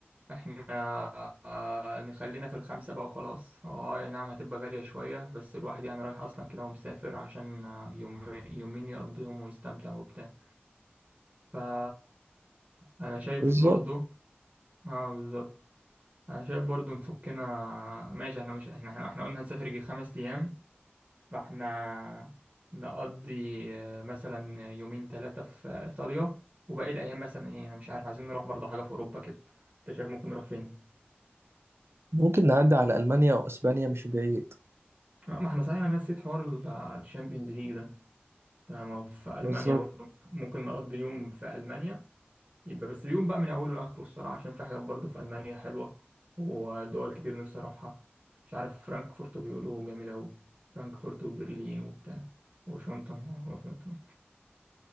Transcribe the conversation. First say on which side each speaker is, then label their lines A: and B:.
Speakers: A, on the right (about 40°); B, on the right (about 85°).
A: احنا آه، نخلينا في الخمسة بقى وخلاص اه أي نعم هتبقى غالية شوية بس الواحد يعني رايح اصلا كده ومسافر عشان آه، يوم يومين يقضيهم ويستمتع وبتاع فا انا شايف
B: بالظبط
A: برضو اه بالظبط انا شايف برضو نفكنا ماشي احنا مش احنا احنا إحنا قلنا هنسافر يجي خمس ايام فاحنا نقضي آه، مثلا يومين ثلاثة في إيطاليا وباقي الأيام مثلا إيه أنا مش عارف عايزين نروح برضه حاجة في أوروبا كده أنت شايف ممكن نروح فين؟
B: ممكن نعدي على ألمانيا أو إسبانيا مش بعيد
A: آه، ما احنا صحيح أنا نسيت حوار الشامبيونز ليج ده ده ما هو في ألمانيا
B: بالظبط
A: برضه ممكن نقضي يوم في ألمانيا يبقى بس اليوم بقى من أوله لآخره الصراحة عشان في حاجات برضه في ألمانيا حلوة ودول كتير نفسي أروحها مش عارف فرانكفورت بيقولوا جميلة أوي فرانكفورت وبرلين وبتاع واشنطن واشنطن